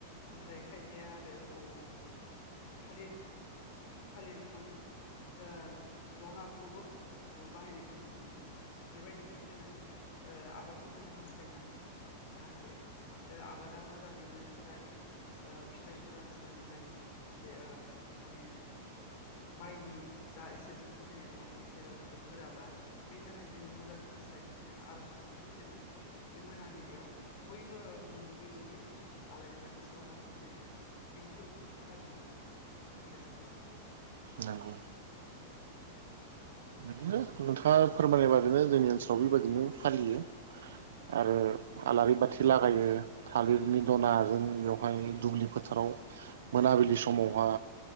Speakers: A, on the left (about 45°); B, on the right (about 85°).
A: ओमफ्राय खायफाया आरो थालिर थालिर बिफांनि ओ दनाखौबो ओ बाहायनायखौ जोङो नुनो मोनो। बेबायदिनो जोङो ओ आबादनि मोजां हास्थायनानै ओ जाहाथे ओ आबादा मोजाङै मोजां जायो ओ फिथाइफोरा मोजाङै जायो जाहाथे ओ माने माइनि जा इसोरजों फोथायनाय दङ बे इसोरा जाहाथे बोराबा। बेनि थाखाय जोङो मोजांखौ हास्थायनानै आर'ज गाबनानै जोङो बे मोनाबिलियाव बयबो माने दुब्लि दुब्लि आलारि बाथि सावनानै जोङो बे फोरबोखौ फालियो खाथि गासा फोरबोखौ।
B: नंगौ।
A: औ।
B: नो नोंथाङा फोरमायनाय बादैनो जोंनि ओनसोल आव बेबायदिनो फालियो। आरो आलारि बाथि लागायो थालिरनि दनाजों बेवहाय दुब्लि फोथाराव। मोनाबिलि
A: नंगौ
B: समावहा